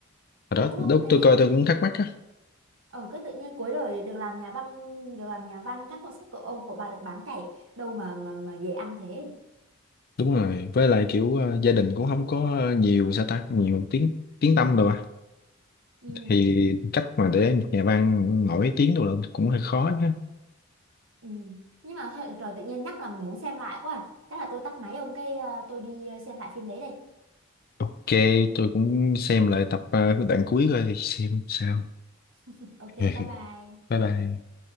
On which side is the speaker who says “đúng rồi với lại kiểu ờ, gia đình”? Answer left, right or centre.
Left